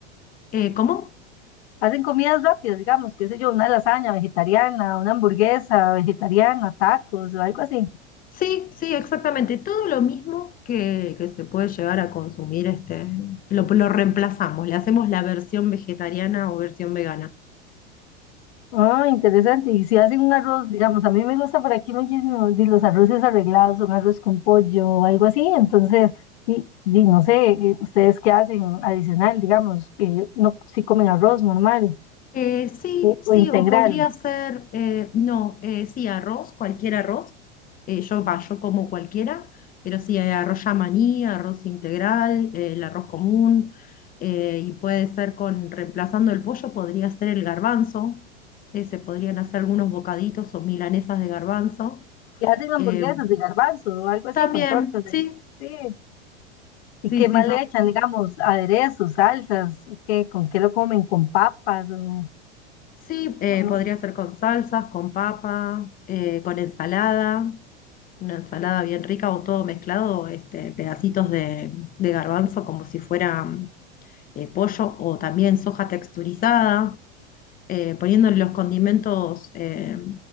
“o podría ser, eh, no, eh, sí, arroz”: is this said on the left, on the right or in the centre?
Left